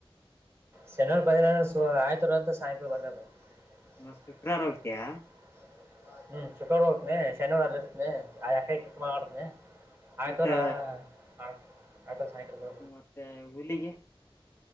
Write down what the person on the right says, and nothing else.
ಶನಿವಾರ ಬಂದಿಲ್ಲ ಅಂದ್ರೆ ಸೊ <unintelligible> ಅಂತ ಸಾಯಂಕಾಲ ಬಂದೆ <unintelligible>
ಹ್ಮ ಶುಕ್ರಾರ ಹೋಗ್ತನೆ ಶನಿವಾರ ಅಲ್ಲಿ ಇರ್ತನಿ ಆ <unintelligible> ಮಾಡತನಿ. ಆಯ್ತೋ
ರಾ <unintelligible> ಸಾಯಂಕಾಲ